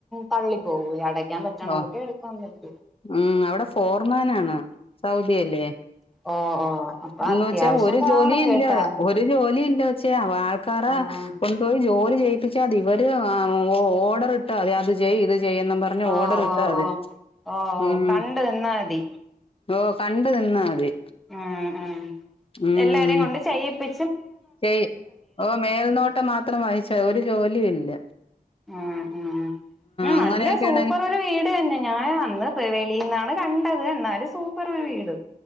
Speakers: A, in the centre; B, on the left (about 40°).
A: തള്ളി പോകൂല്ലേ അട എടുക്കാൻ പറ്റണോർക്കെ
B: ഓ
A: എടുക്കാൻ പറ്റു
B: ഉം അവിടെ ഫോർമാനാണ് സൗ കേല്ല <unintelligible>
A: ഓ ഓ അപ്പൊ
B: എന്ന്
A: അത്യാവശ്യം
B: വെച്ചാ ഒരു
A: കാണും
B: ജോലി ഇല്ല
A: കേട്ടാ
B: ഒരു ജോലി ഇല്ല വെച്ചാ അവ ആൾക്കാരെ
A: ആഹ്
B: കൊണ്ടുപോയി ജോലി ചെയ്യ്പ്പിച്ചാ മതി ഇവര് ആ ഓ ഓഡറ്ട്ടാതി അത് ചെയ്യ് ഇത് ചെയ്യെന്നും പറഞ്ഞ്
A: ഓ
B: ഓർഡർ
A: ഓ
B: ഇട്ടാ മതി
A: ഓ ഓ ഓ
B: ഉം
A: കണ്ട് നിന്നാ മതി
B: ഓ കണ്ട് നിന്നാ മതി
A: ഉം ഉം
B: ഉം
A: എല്ലാവരെയും കൊണ്ട് ചെയ്യിപ്പി
B: ചെയ് ഓ മേൽനോട്ടം മാത്രം വഹിച്ച ഒര് ജോലിയുല്ല
A: ഉം ഉം ഉം
B: അങ്ങനെയൊക്കെയാണെങ്കി
A: നല്ല സൂപ്പറാെര് വീട് തന്നെ ഞാൻ അന്ന് ത്രിവേലീന്നാണ് കണ്ടത് എന്നാലും സൂപ്പർ ഒര് വീട്